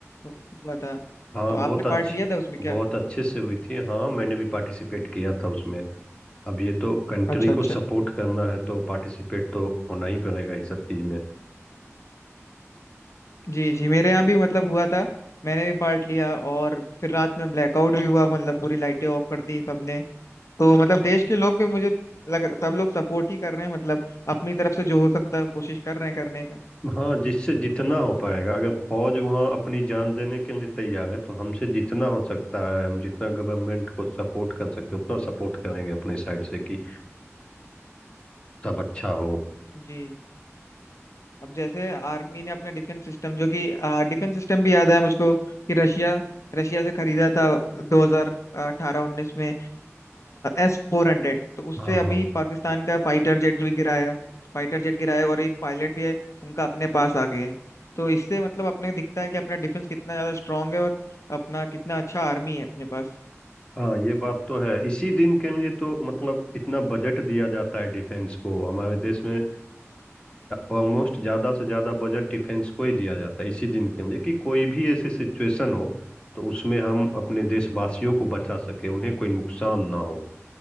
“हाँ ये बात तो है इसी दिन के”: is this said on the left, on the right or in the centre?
Left